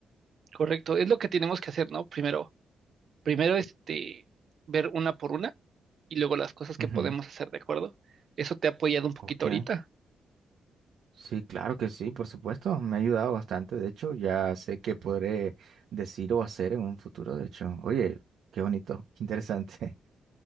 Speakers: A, on the right; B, on the right.
A: Correcto, es lo que tenemos que hacer, ¿no? Primero, primero, este, ver una por una y luego las cosas que
B: Ujú,
A: podemos hacer, ¿de acuerdo? Eso te ha apoyado un poquito
B: Ok,
A: ahorita.
B: sí, claro que sí, por supuesto, me ha ayudado bastante, de hecho, ya sé qué podré decir o hacer en un futuro, de hecho, oye, qué bonito, qué interesante.